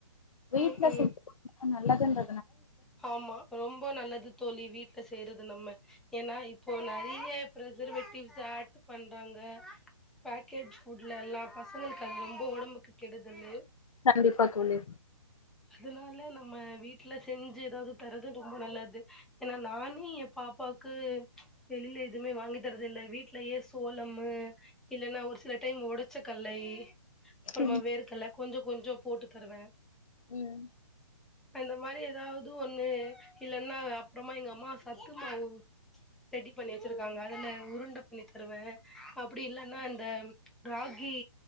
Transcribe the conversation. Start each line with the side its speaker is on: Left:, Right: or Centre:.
Left: வீட்ல
Centre: ம் ம்
Left: சுட் அ நல்லதுந்த
Centre: ஆமா ரொம்ப நல்லது தோழி வீட்ல செய்றது நம்ம ஏன்னா இப்போ நெறைய ப்ரிசர்வேட்டிவ்ஸ் ஆட் பண்றாங்க பேக்கேஜ் ஃபுட்ல எல்லா பசங்களுக்கு அது ரொம்ப ஒடம்புக்கு கெடுதலு
Left: கண்டிப்பா தோழி
Centre: அதுனால நம்ம வீட்டுல செஞ்சு எதாவது தர்றது ரொம்ப நல்லது ஏன்னா நானே எ பாப்பாக்கு வெளியில எதுவுமே வாங்கி தர்றதில்ல வீட்லயே சோளம்மு இல்லன்னா ஒரு சில டைம் ஒடச்ச கல்லை அப்பறமா
Left: ம்
Centre: வேர்கல்ல கொஞ்சோ கொஞ்சோ போட்டு தருவே
Left: ம்
Centre: அந்த மாரி ஏதாவது ஒண்ணு இல்லைன்னா அப்புறமா எங்க அம்மா சத்து மாவு ரெடி பண்ணி வச்சிருக்காங்க அதுல உருண்ட பண்ணி தருவ அப்டி இல்லன்னா இந்த ராகி